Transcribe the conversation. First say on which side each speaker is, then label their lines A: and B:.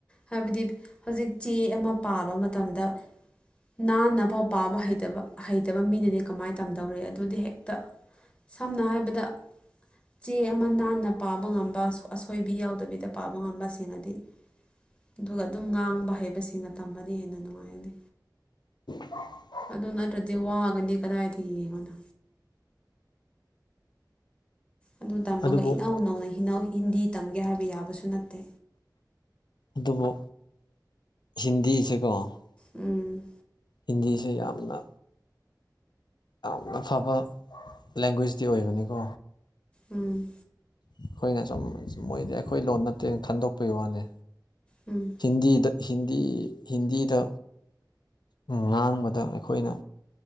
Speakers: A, on the left (about 15°); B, on the left (about 75°).
A: ꯍꯥꯏꯕꯗꯤ ꯍꯧꯖꯤꯛ ꯆꯦ ꯑꯃ ꯄꯥꯕ ꯃꯇꯝꯗ ꯅꯥꯟꯅ ꯐꯥꯎ ꯄꯥꯕ ꯍꯩꯇꯕ ꯍꯩꯇꯕ ꯃꯤꯗꯗꯤ ꯀꯃꯥꯏ ꯇꯝꯗꯧꯔꯤ ꯑꯗꯨꯗꯤ ꯍꯦꯛꯇ ꯁꯝꯅ ꯍꯥꯏꯕꯗ ꯆꯦ ꯑꯃ ꯅꯥꯟꯅ ꯄꯥꯕ ꯉꯝꯕ ꯑꯁꯣꯏ ꯑꯁꯣꯏꯕꯤ ꯌꯥꯎꯗꯕꯤꯗ ꯄꯥꯕ ꯉꯝꯕꯁꯤꯡꯅꯗꯤ ꯑꯗꯨꯒ ꯑꯗꯨꯝ ꯉꯥꯡꯕ ꯍꯩꯕꯁꯤꯅ ꯇꯝꯃꯗꯤ ꯍꯦꯟꯅ ꯅꯨꯡꯉꯥꯏꯒꯅꯤ
B: <unintelligible>
A: ꯑꯗꯨ ꯅꯠꯇ꯭ꯔꯗꯤ ꯋꯥꯒꯅꯤ ꯀꯗꯥꯏꯗꯒꯤ ꯌꯦꯡꯉꯣꯅꯥ ꯑꯗꯨ ꯇꯝꯃꯒ
B: ꯑꯗꯨꯕꯨ
A: ꯏꯅꯧ ꯅꯧꯅ ꯍꯤꯅꯧ ꯍꯤꯟꯗꯤ ꯇꯝꯒꯦ ꯍꯥꯏꯕ ꯌꯥꯕꯁꯨ ꯅꯠꯇꯦ
B: ꯑꯗꯨꯕꯨ ꯍꯤꯟꯗꯤꯁꯦꯀꯣ
A: ꯎꯝ
B: ꯍꯤꯟꯗꯤꯁꯦ ꯌꯥꯝꯅ ꯌꯥꯝꯅ ꯐꯕ ꯂꯦꯡꯒꯣꯏꯁꯇꯤ ꯑꯣꯏꯕꯅꯤꯀꯣ꯫
A: ꯎꯝ
B: ꯑꯩꯈꯣꯏꯅ ꯁꯨꯝ ꯃꯣꯏꯗꯤ ꯑꯩꯈꯣꯏ ꯂꯣꯟ ꯅꯠꯇꯦ ꯈꯟꯗꯣꯛꯄꯒꯤ ꯋꯥꯅꯦ
A: ꯎꯝ
B: ꯍꯤꯟꯗꯤꯗ ꯍꯤꯟꯗꯤ ꯍꯤꯟꯗꯤꯗ ꯉꯥꯡꯕꯗ ꯑꯩꯈꯣꯏꯅ